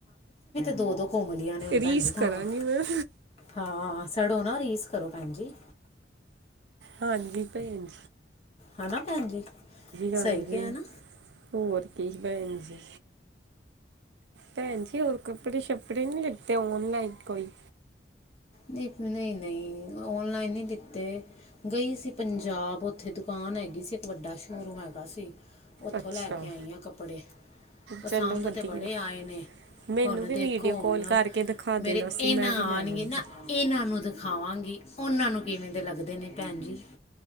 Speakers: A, on the left (about 35°); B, on the right (about 80°).
A: ਦੋ-ਦੋ ਕੁਮਲੀਆਂ ਨੇ ਹੁਣ
B: ਰੀਸ
A: ਭੈਣਜੀ ਥਾਵਾਂ।
B: ਕਰਾਂਗੀ ਮੈਂ
A: ਹਾਂ ਸੜੋ ਨਾ ਰੀਸ ਕਰੋ ਭੈਣ ਜੀ।
B: ਹਾਂਜੀ, ਭੈਣਜੀ।
A: ਹਨਾ ਭੈਣ ਜੀ, ਸਹੀ
B: ਹਾਂਜੀ
A: ਕਿਹਾ ਨਾ?
B: ਹੋਰ ਕੀ ਭੈਣਜੀ? ਭੈਣ ਜੀ ਹੋਰ ਕੱਪੜੇ-ਸ਼ੱਪੜੇ ਨਹੀ ਲੀਤੇ ਔਨਲਾਈਨ ਕੋਈ?
A: ਨਹੀਂ ਨਹੀਂ ਨਹੀਂ, ਔਨਲਾਈਨ ਨਹੀਂ ਲੀਤੇ। ਗਈ ਸੀ ਪੰਜਾਬ ਔਥੇ ਦੁਕਾਨ ਹੈਗੀ ਸੀ ਇੱਕ ਵੱਡਾ ਸ਼ੋਰੂਮ ਹੈਗਾ ਸੀ। ਔਥੋਂ
B: ਅੱਛਾ
A: ਲੈ ਕੇ ਆਈ ਆ ਕੱਪੜੇ। ਪਸੰਦ
B: ਚਲੋ ਵਧੀਆ
A: ਤੇ ਬੜੇ ਆਏ ਨੇ।
B: ਮੈਨੂੰ
A: ਹੁਣ
B: ਵੀ
A: ਦੇਖੋ
B: ਵੀਡੀਓ
A: ਹੁਣ
B: ਕਾਲ ਕਰਕੇ ਦਿਖਾ ਦੇਣਾ
A: ਮੇਰੇ
B: ਸੀ
A: ਇਹ
B: ਮੈਂ
A: ਨਾ
B: ਵੀ ਲੈ
A: ਆਣਗੇ
B: ਲੈਂਦੀ।
A: ਨਾ ਇਹਨਾਂ ਨੂੰ ਦਿਖਾਵਾਂਗੀ, ਔਨਾਂ ਨੂੰ ਕਿਵੇਂ ਦੇ ਲੱਗਦੇ ਨੇ ਭੈਣ ਜੀ।